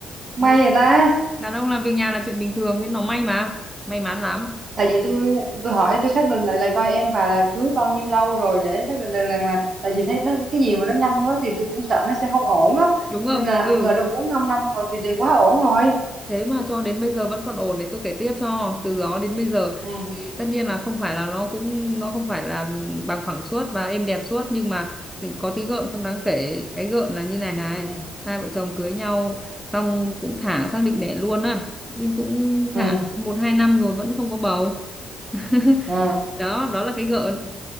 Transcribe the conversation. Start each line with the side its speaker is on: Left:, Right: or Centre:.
Right: may
Centre: ừ,
Right: vậy ta.
Centre: đàn ông làm việc nhà là chuyện bình thường thế nó may mà may mắn lắm
Right: Tại
Centre: Thế-
Right: vì tôi tôi hỏi tôi xác định lại là coi em bà là cưới bao nhiêu lâu rồi để xác định được rằng là tại vì thấy nó cái gì mà nó nhanh quá thì tôi cũng sợ nó sẽ không ổn á.
Centre: đúng không
Right: Nên là ai
Centre: ừ
Right: ngờ đâu 4 5 năm rồi thì, thì quá ổn rồi.
Centre: thế mà cho đến bây giờ vẫn còn ổn để tôi kể tiếp cho từ đó đến bây giờ
Right: Ừ
Centre: thì tất nhiên là không phải là nó cũng nó không phải là bằng phẳng suốt và êm đẹp suốt nhưng mà thì có tí gợn không đáng kể cái gợn là như này này
Right: ừ
Centre: hai vợ chồng cưới nhau xong cũng thả xác định đẻ luôn á nhưng cũng
Right: ừ
Centre: thả một hai năm rồi vẫn không có bầu <laughs>
Right: ừ
Centre: đó đó là cái gợn